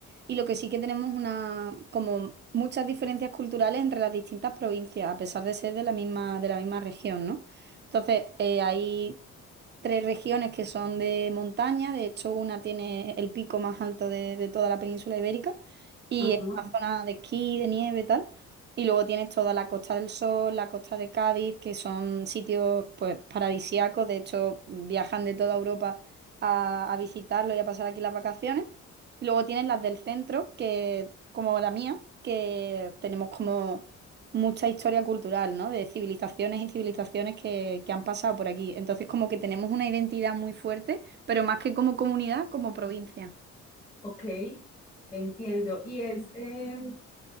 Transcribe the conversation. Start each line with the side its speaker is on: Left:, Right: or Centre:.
Right: y lo que sí que tenemos una, como muchas diferencias culturales entre las distintas provincias, a pesar de ser de la misma, de la misma región, ¿no? Entonces, eh, hay tres regiones que son de montaña, de hecho una tiene el pico más alto de, de toda la península ibérica y
Left: Ajá.
Right: es una zona de esquí, de nieve y tal. Y luego tienes toda la Costa del Sol, la Costa de Cádiz, que son sitios pues paradisíacos. De hecho, viajan de toda Europa a, a visitarlo y a pasar aquí las vacaciones. Y luego tienes las del centro, que, como la mía, que tenemos como mucha historia cultural, ¿no? De civilizaciones y civilizaciones que, que han pasado por aquí. Entonces, como que tenemos una identidad muy fuerte, pero más que como comunidad, como provincia.
Left: Ok, entiendo. Y es, em,